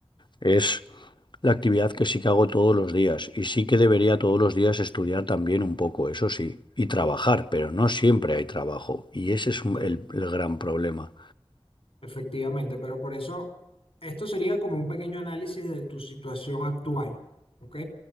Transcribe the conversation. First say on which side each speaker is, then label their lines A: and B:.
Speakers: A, on the left (about 55°); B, on the left (about 85°).
A: Es la actividad que sí que hago todos los días y sí que debería todos los días estudiar también un poco, eso sí, y trabajar, pero no siempre hay trabajo y ese es un-
B: Eh,
A: el, el gran problema.
B: efectivamente, pero por eso esto sería como un pequeño análisis de tu situación actual. ¿Ok?